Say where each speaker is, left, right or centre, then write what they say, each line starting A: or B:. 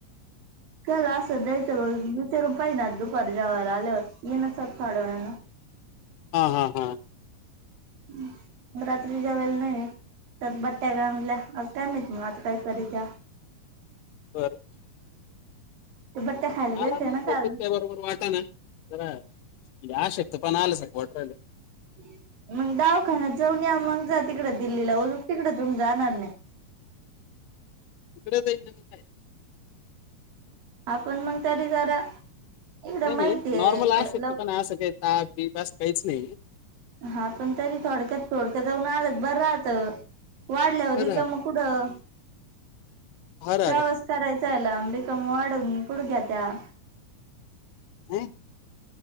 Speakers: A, on the right (about 90°); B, on the left (about 80°).
A: त्याला असं द्यायचं दोनशे रूपय ना दुपार जावायला आल्यावर येनच आता थोड्या वेळानं.
B: हा हा हा
A: मग रात्री जेवायला नाहीय? तर बट्ट्या घामल्या आज काय माहीत आता काही करीत्या.
B: बरं र
A: ते बट्ट्या खायला
B: मला
A: गेलते
B: माहित
A: ना काल
B: तिट्या बरोबर वाटना जरा. अशक्तपणा आल्या सारक वाटू राहिलंय.
A: हम्म मग दावाखान्यात जाऊन या मग जा तिकड दिल्लीला ओज तिकड तुम्ही जाणार नाही. <inaudible>
B: <unintelligible> द नाही <unintelligible>
A: आपण मग तरी जरा इकडं
B: नाही
A: माहितीये
B: म्हणजे नॉर्मल अशक्त
A: तर लव
B: पण असं का ताप बीप असं काहीच नाही.
A: हा पण तरी थोडक्यात थोडकं जाऊन आलंत बरं राहत. वाढल्यावर
B: हरण
A: रिकाम कुठं.
B: हरण
A: प्रवास करायचा आहे लांब रिकामं वाढून कुठ घ्या त्या?
B: ह्ं